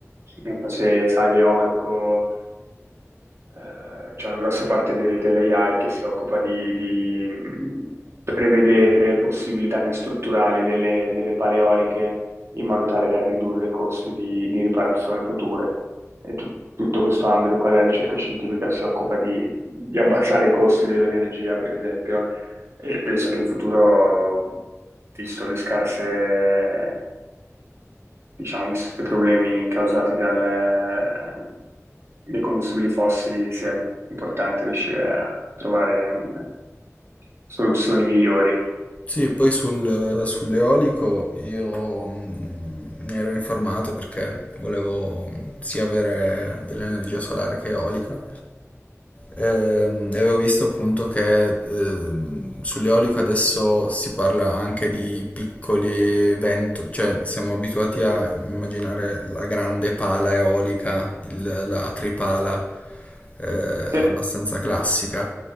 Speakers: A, on the right (about 55°); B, on the left (about 25°).
A: non so se sai l'eolico, eh, c'è una grossa parte de- dell'AI che si occupa di, di, mh, prevedere possibili danni strutturali delle, delle paleoliche in modo tale da ridurre i costi di, di riparazione future. E tu- tutto questo ambito qua della ricerca scientifica si occupa di, di abbassare i costi dell'energia, per esempio, e penso che in futuro, visto le scarse diciamo, visto i problemi causati dal, eh, dai combustibili fossili, sia importante riuscire a trovare un- soluzioni migliori.
B: Sì, poi sul- sull'eolico io mm, mi ero informato perché volevo mm, sia avere dell'energia solare che eolica. Ehm, e avevo visto appunto che ehm, sull'eolico adesso si parla anche di piccoli vento, cioè siamo abituati a immaginare la grande pala eolica, il- la tripala eh,
A: Sì,
B: abbastanza classica